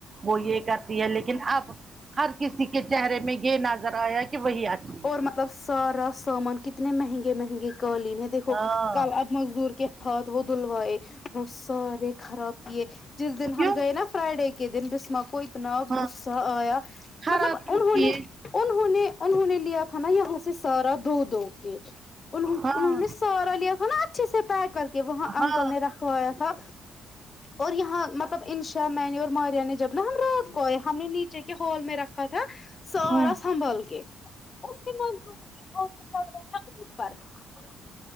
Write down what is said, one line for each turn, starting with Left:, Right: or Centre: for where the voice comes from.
Right: وہ یہ کرتی ہے لیکن اب ہر کسی کے چہرے میں یہ نظر آیا کہ وہی اچھی
Left: اور
Right: تھی
Left: مطلب سارا سامان کتنے مہنگے مہنگے قالین ہے دیکھو
Right: ہاں
Left: کل مزدور کے ہاتھ وہ دھلوائے وہ سارے خراب کیے جس دن
Right: کیوں
Left: ہم گئے نا فرائیڈے کے دن بسما کو اتنا
Right: ہاں
Left: غصہ آیا
Right: خراب
Left: مطلب انہوں
Right: کیوں کیے
Left: نے انہوں نے انہوں نے لیا تھا نا یہاں سے سارا دو دو کے ان
Right: ہاں
Left: انہوں نے سارا لیا تھا نا اچھے سے طے کر کے وہاں انکل
Right: ہاں
Left: نے رکھوایا تھا اور یہاں مطلب انشا میں نے اور ماریا نے جب نا ہم رات کو آئے ہم نے نی چے کے ہول میں رکھا تھا سارا
Right: ہوں
Left: سنبھل کے اس مور فٹو